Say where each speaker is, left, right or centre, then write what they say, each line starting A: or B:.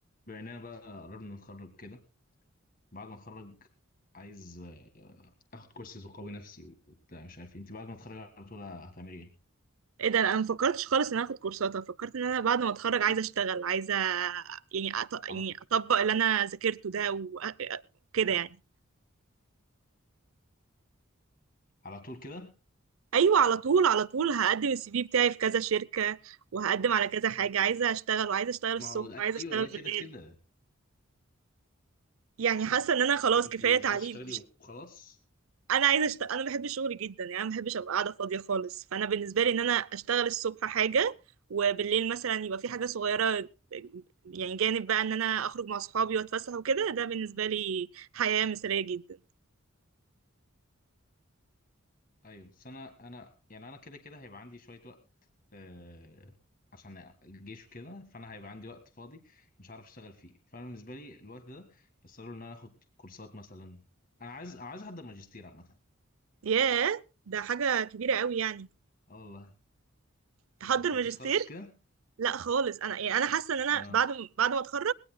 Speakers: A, on the left; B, on the right.
A: بما اننا بقى قربنا نتخرج كده بعد ما اتخرج عايز آه، اخد كورسز وقوي نفسي وبتاع مش عارف إيه. انت بعد ما اتخرج على طول هتعملي ايه
B: ايه ده انا ما فكرتش خالص ان انا اخد كورسات انا فكرت ان انا بعد ما اتخرج عايزه اشتغل عايزه يعني أط... يعني
A: على
B: اطبق اللي انا ذاكرته ده وكده يعني
A: على طول كده
B: ايوه على طول على طول هقدم السي في بتاعي في كذا شركه وهقدم على كذا حاجه عايزه اشتغل وعايزه اشتغل الصبح
A: ما هو ده-
B: وعايزه اشتغل
A: ايوه ده
B: بالليل
A: كده كده
B: يعني حاسه ان انا خلاص
A: انت
B: كفايه تعليم
A: عايز تشتغلي
B: مش
A: وخلاص
B: انا عايزه أشت... انا بحب شغلي جدا يعني انا ما بحبش ابقى قاعده فاضيه خالص فانا بالنسبه لي ان انا اشتغل الصبح حاجه وبالليل مثلا يبقى في حاجه صغيره يعني جانب بقى ان انا اخرج مع صحابي واتفسح وكده ده بالنسبه لي حياه مثاليه جدا
A: ايوه بس انا انا يعني انا كده كده هيبقى عندي شويه وقت آه عشان الجيش وكده فانا هيبقى عندي وقت فاضي مش عارف اشتغل فيه فانا بالنسبه لي الوقت ده بستغله ان انا اخد كورسات مثلا انا عايز انا عايز احضر ماجستير عامه
B: ياه ده حاجه كبيره قوي يعني
A: اه والله
B: تحضر
A: ما فكرتيش
B: ماجستير
A: خالص في كده
B: لا خالص انا يعني انا حاسه ان انا
A: اه
B: بعد ما- بعد ما اتخرج